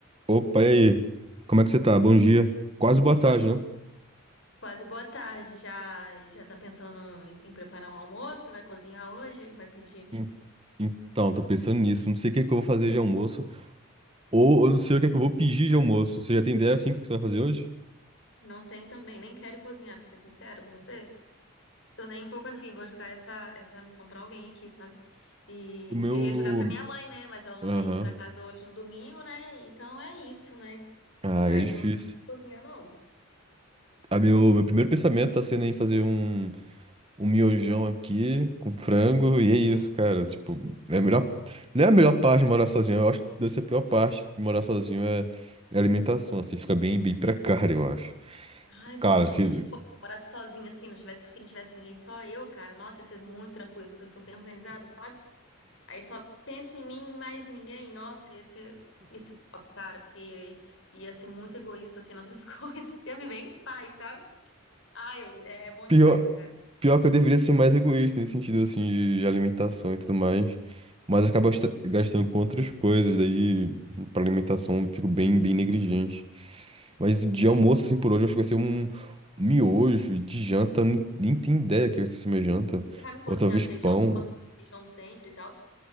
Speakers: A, on the right (about 25°); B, on the left (about 60°).
A: Opa, e aí? Como é que você tá? Bom dia.
B: Sim.
A: Quase boa tarde,
B: Bom dia.
A: né?
B: Quase boa tarde. Já já tá pensando em, em preparar um almoço? Vai cozinhar hoje? Vai pedir?
A: En- Então, tô pensando nisso. Não sei o que é que eu vou fazer de almoço. Ou eu não sei o que é que eu vou pedir de almoço. Você já tem ideia, assim, o que que você vai fazer hoje?
B: Não tem também. Nem quero cozinhar, pra ser sincero com você. Tô nem um pouco afim. Vou jogar essa, essa missão pra alguém aqui, sabe? E
A: O meu...
B: eu ia jogar pra minha mãe, né? Mas ela não
A: Aham.
B: veio aqui pra casa hoje no domingo, né? Então é isso, né?
A: Ah,
B: Mas
A: é difícil.
B: eu não preciso cozinhar, não.
A: Ah, meu, meu primeiro pensamento tá sendo em fazer um, um miojão aqui com frango. E é isso, cara. Tipo, é a melhor... Não é a melhor parte de morar sozinho. Eu acho que deve ser a pior parte. Morar sozinho é, é alimentação, assim. Fica bem, bem precário, eu acho.
B: Ai, pra
A: Cara,
B: mim seria
A: que
B: de boa. Se eu Morasse sozinha assim, não tivesse filho, não tivesse ninguém, só eu, cara. Nossa, ia ser muito tranquilo, porque eu sou bem organizada, sabe? Aí só pensa em mim, mais em ninguém. Nossa, esse, esse top, cara, porque ia ser muito egoísta assim nossas <laughs> coisas. Ia viver em paz, sabe? Ah, eu, é é bom
A: Pior,
B: demais, cara.
A: pior
B: Demais.
A: que eu deveria ser mais egoísta nesse sentido, assim, de, de alimentação e tudo mais. Mas eu acabo gastra- gastando com outras coisas, daí pra alimentação eu fico bem, bem negligente. Mas de almoço, assim, por hoje, eu acho que vai ser um miojo. E de janta, eu nem, nem tenho ideia o que vai ser minha janta.
B: Você sabe cozinhar
A: Ou talvez
B: feijão?
A: pão.
B: Você come feijão sempre e tal?